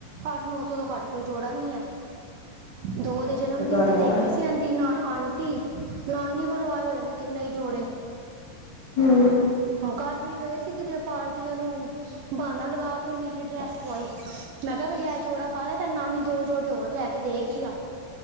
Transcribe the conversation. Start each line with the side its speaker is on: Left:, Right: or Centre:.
Right: ਅੱਠ ਨੌ ਸੌ ਤੋਂ ਘੱਟ ਕੋਈ ਜੋੜਾ ਨੀ ਹੈ।
Left: ਹਾਂ
Right: ਦੋ ਇਹਦੇ
Left: ਉਹ
Right: ਜਨਮ ਦਿਨ
Left: ਗੱਲ
Right: ਤੇ
Left: ਹੈ
Right: ਦੇਗੀਆ ਸਨ। ਦੀ ਨ ਆਂਟੀ ਨਾਨੀ ਵੱਲੋਂ ਆਏ ਹੋਏ ਨੇ ਕਿੰਨੇ ਹੀ ਜੋੜੇ
Left: ਹੂੰ
Right: ਆਹ ਕੱਲ ਵੀ ਗਏ ਸੀ ਕਿਧਰੇ ਪਾਰਟੀ ਦੇ ਨੂੰ ਬਾਨਾ ਲਗਾ ਕੇ ਉਹ ਨੀਲੀ ਡਰੈਸ ਪਵਾਈ ਮੈਂ ਕਿਹਾ ਬਈ ਐ ਜੋੜਾ ਪਾ ਲੈ ਤੇ ਨਾਨੀ ਦੋ ਜੋੜੇ ਹੋਰ ਲੈ ਦੇਗੀ ਆ।